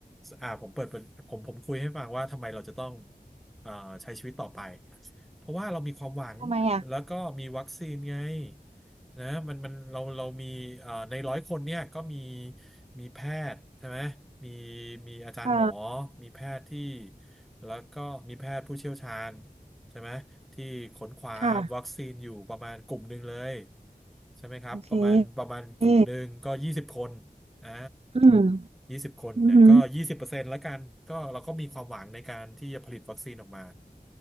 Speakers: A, in the centre; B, on the right.
A: อ่าผมเปิดเป็นผมผมคุยให้ฟังว่าทำไมเราจะต้องเอ่อใช้ชีวิตต่อไป เพราะว่าเรามีความหวังแล้วก็มีวัคซีนไง
B: ทำไมอ่ะ
A: นะมันมันเราเรามีเอ่อในร้อยคนเนี่ยก็มีมีแพทย์ใช่ไหมมีมีอาจารย์หมอ
B: เออ
A: มีแพทย์ที่แล้วก็มีแพทย์ผู้เชี่ยวชาญใช่ไหมที่ค้นคว้าวัคซีนอยู่ประมาณกลุ่มหนึ่งเลย
B: ค่ะ
A: ใช่ไหมครับประมาณประมาณกลุ่มหนึ่งก็ยี่สิบคน
B: โอเคอื
A: อ่า
B: ม
A: ยี่สิบคนเนี่ยก็ยี่สิบเปอร์เซ็นต์ละกันก็เราก็มีความหวังในการที่จะผลิตวัคซีนออกมา
B: อือหือ